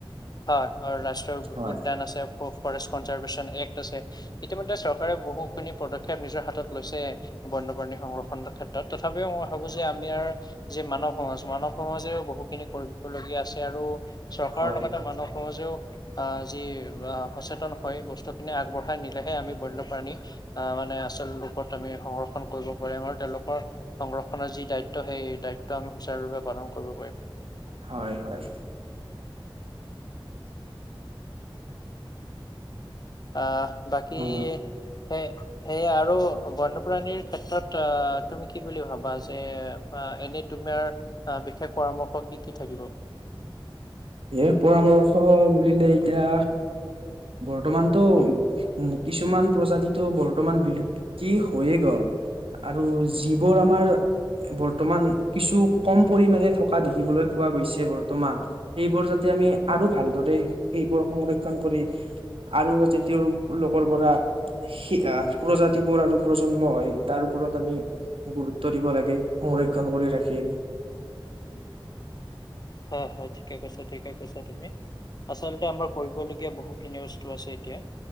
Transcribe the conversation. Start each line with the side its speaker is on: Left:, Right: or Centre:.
Left: হয় ৰাষ্ট্ৰীয়
Right: হয়
Left: উদ্যান আছে ফৰেষ্ট কনজাৰভেচন এক্ট আছে, ইতিমধ্যে চৰকাৰে বহুখিনি পদক্ষেপ নিজৰ হাতত লৈছে বৰ্ত বন্যপ্ৰাণী সংৰক্ষণ ক্ষেত্ৰত তথাপিও মই ভাবোঁ যে, আমি আৰু যে, মানৱ সমাজ, মানৱ সমাজে বহুখিনি কৰ-কৰিবলগীয়া আছে আৰু চৰকাৰৰ
Right: হয়
Left: লগতে মানুহ সমাজেয়ো আ, যি আ, সচেত হয় বস্তুখিনি আগবঢ়াই নিলেহে আমি বন্যপ্ৰাণী আহ মানে আচল ৰূপত আমি সংৰক্ষণ কৰি <unintelligible> তেওঁলোকৰ সংৰক্ষণৰ যি দায়িত্ব সেই দায় ত' আমি সুচাৰুৰূপে পালন কৰিব পাৰিম।
Right: হয় হয়
Left: আহ, বাকী
Right: অ
Left: সেই সেই আৰু বন্যপ্ৰাণীৰ ক্ষেত্ৰত অ', তুমি কি বুলি ভাবা? যে, আ, এনেই তুমি আ, বিশেষ পৰামৰ্শ কি, কি থাকিব?
Right: এই পৰামৰ্শ বুলিলে এতিয়া বৰ্তমানতো উম, কিছুমান প্ৰজাতিটো বৰ্তমান বিলুপ্তি হৈয়ে গ'ল। আৰু যিবোৰ আমাৰ বৰ্তমান কিছু কম পৰিমাণে থক কা দেখিবলৈ পোৱা গৈছে বৰ্তমান সেইবোৰ যাতে আমি আৰু ভালদৰে সেইবোৰ সংৰক্ষণ কৰি বুলি আৰু যাতে তেওঁৰ লোকৰ পৰা সি-আ, প্ৰজাতিবোৰ আৰু প্ৰজন্মই তাৰ ওপৰত আমি গুৰুত্ব দিব লাগে। সংৰক্ষণ কৰি ৰাখি।
Left: হয়, হয় ঠিকে কৈছা, ঠিকে কৈছা তুমি। আচলতে আমাৰ কৰিবলগীয়া বহুখিনি বস্তু আছে এতিয়া।